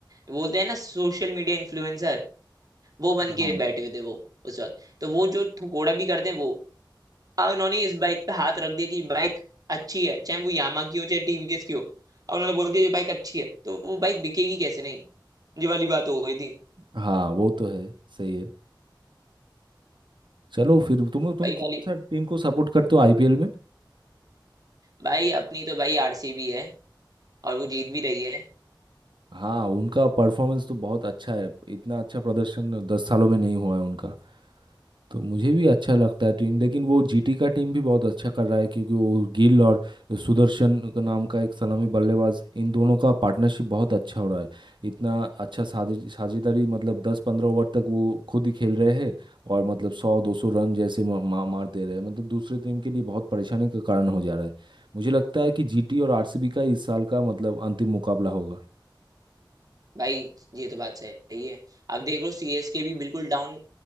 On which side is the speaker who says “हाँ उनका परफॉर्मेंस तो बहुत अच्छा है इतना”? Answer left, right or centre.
Right